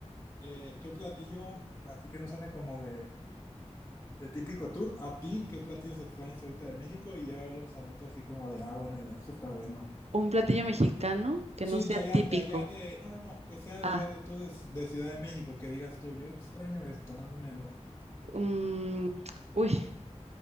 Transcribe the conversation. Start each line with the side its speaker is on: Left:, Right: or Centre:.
Left: eh, ¿qué platillo, así que no suene como de, de típico tour, a ti, qué platillos extraños ahorita de México? Y llévalos a nota así como de, ah, bueno, mira, eso está bueno.
Right: un platillo mexicano que
Left: Sí,
Right: no sea
Left: de allá,
Right: típico.
Left: de allá de, no, no, no, que sea de
Right: Ah,
Left: allá de tú de, de Ciudad de México, que digas tú, yo extraño esto, más o menos.
Right: mm, uy,